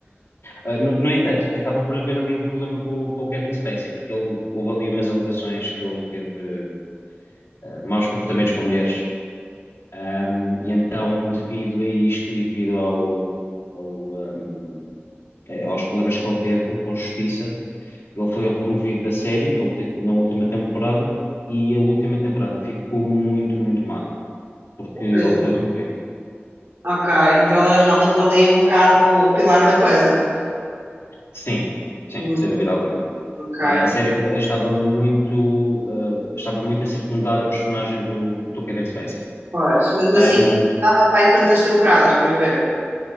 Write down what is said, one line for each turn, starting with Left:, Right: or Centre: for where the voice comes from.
Left: ah, no, no entanto, acaba por haver ali um problema com, o- com o Kevin Spacey, porque ele, houve ali umas alegações que ele teve ah, maus comportamentos com mulheres. Um, e então, devido a isto e devido ao, ao, um, eh, aos problemas que ele teve com a justiça. Ele foi removido da série na, ulti- na última temporada e a última temporada ficou muito, muito má, porque ele
Right: isso.
Left: foi removido.
Right: Ok, então ele era realmente ali um bocado o pilar da coisa.
Left: Sim, sim,
Right: Hum,
Left: sem dúvida alguma.
Right: ok,
Left: Eh, a série f- estava muito, eh, estava muito a circundar a personagem do, do Kevin Spacey.
Right: pois, mesmo
Left: Ahm,
Right: assim, dava para aí quantas temporadas para ver?